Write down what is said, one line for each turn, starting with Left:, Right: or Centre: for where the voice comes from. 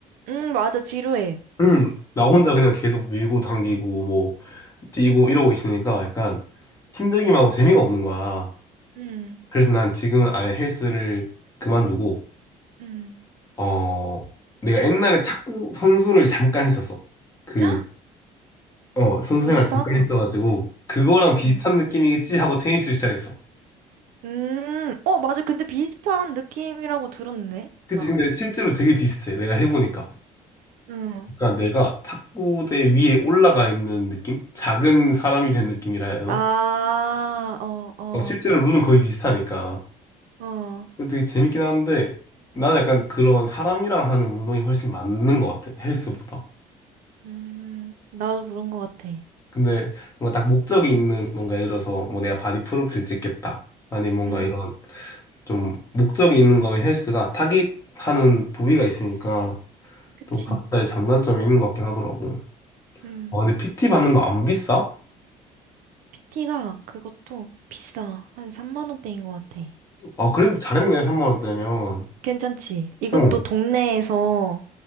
Right: 응, 맞아, 지루해.
Left: <clears throat> 나 혼자 그냥 계속 밀고 당기고, 뭐, 뛰고 이러고 있으니까 약간 힘들기만 하고 재미가 없는 거야.
Right: 응,
Left: 그래서 난 지금은 아예 헬스를 그만두고,
Right: 응.
Left: 어, 내가 옛날에 탁구 선수를 잠깐 했었어. 그,
Right: <gasps>
Left: 어, 선수
Right: 멋있다.
Left: 생활 잠깐 했어가지고, 그거랑 비슷한
Right: 응.
Left: 느낌이겠지 하고 테니스를 시작했어.
Right: 음, 어, 맞아. 근데 비슷한 느낌이라고 들었네,
Left: 그치?
Right: 나.
Left: 근데 실제로 되게 비슷해. 내가 해보니까.
Right: 응.
Left: 그러니까 내가 탁구대 위에 올라가 있는 느낌? 작은 사람이 된 느낌이라 해야 되나?
Right: 아, 어, 어,
Left: 어, 실제로 룰은 거의 비슷하니까.
Right: 어.
Left: 근데 되게 재밌긴 한데, 나는 약간 그런 사람이랑 하는 운동이 훨씬 맞는 것 같아. 헬스보다.
Right: 음, 나도 그런 것 같아.
Left: 근데 뭔가 딱 목적이 있는, 뭔가 예를 들어서 뭐 내가 바디 프로필 찍겠다. 아니 뭔가
Right: 음,
Left: 이런 좀 목적이 있는 거면 헬스가 타깃하는 부위가 있으니까
Right: 그치.
Left: 또 각자의 장단점이 있는 것 같긴 하더라고.
Right: 음,
Left: 아, 근데 PT 받는 거 안 비싸?
Right: PT가 그것도 비싸. 한 3만 원대인 것 같아.
Left: 아, 그래도 잘했네, 3만 원대면.
Right: 괜찮지? 이것도
Left: 어.
Right: 동네에서